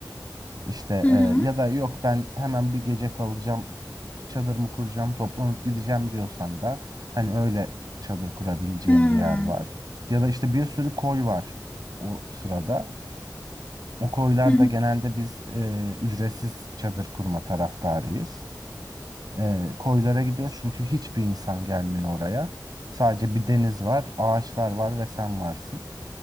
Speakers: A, on the right (about 60°); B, on the left (about 20°).
A: İşte
B: Hı hı.
A: e, ya da yok ben hemen bir gece kalacağım çadırımı kuracağım toplanıp gideceğim diyorsan da hani öyle çadır kurabileceğim
B: Hmm.
A: bir yer var. Ya da işte bir sürü koy var o sırada. O koylarda
B: Hı hı.
A: genelde biz e, ücretsiz çadır kurma taraftarıyız. E, koylara gidiyoruz çünkü hiçbir insan gelmiyor oraya. Sadece bir deniz var, ağaçlar var ve sen varsın.